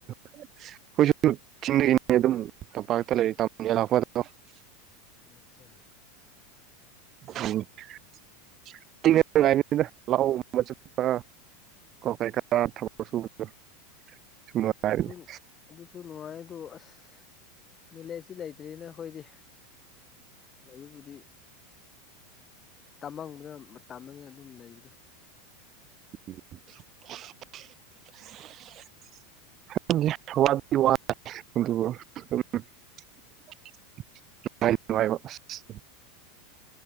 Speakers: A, on the right (about 40°); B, on the left (about 30°).
A: ꯑꯩꯈꯣꯏꯁꯨ ꯆꯤꯡꯗꯒꯤꯅꯤ ꯑꯗꯨꯝ ꯇꯝꯄꯥꯛꯇ ꯂꯩꯔꯤ <unintelligible>
B: <unintelligible>
A: ꯎꯝ <unintelligible> <unintelligible>
B: ꯑꯗꯨꯁꯨ ꯑꯗꯨꯁꯨ ꯅꯨꯡꯉꯥꯏ ꯑꯗꯨ ꯑꯁ ꯅꯣꯂꯦꯖꯁꯤ ꯂꯩꯇ꯭ꯔꯤꯅ ꯑꯩꯈꯣꯏꯗꯤ ꯂꯩꯕꯕꯨꯗꯤ ꯇꯝꯃꯕꯗ <unintelligible> ꯑꯗꯨꯝ ꯂꯩꯕꯗꯣ
A: <inaudible> <unintelligible> ꯅꯨꯡꯉꯥꯢꯗꯤ ꯅꯨꯡꯉꯥꯢꯕ